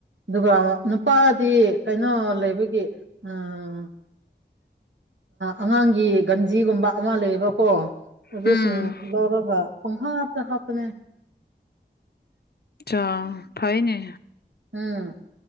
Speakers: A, on the right; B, on the left.
A: ꯑꯗꯨꯒ ꯅꯨꯄꯥꯗꯤ ꯀꯩꯅꯣ ꯂꯩꯕꯒꯤ ꯑꯥ ꯑꯉꯥꯡꯒꯤ ꯒꯟꯖꯤꯒꯨꯝꯕ ꯑꯃ ꯂꯩꯕ ꯀꯣ ꯑꯗꯨꯁꯤꯡ
B: ꯎꯝ
A: ꯂꯧꯔꯒ ꯄꯨꯡꯍꯥꯞꯇ ꯍꯥꯞꯄꯅꯦ
B: ꯆꯥ ꯐꯩꯏꯅꯦ
A: ꯎꯝ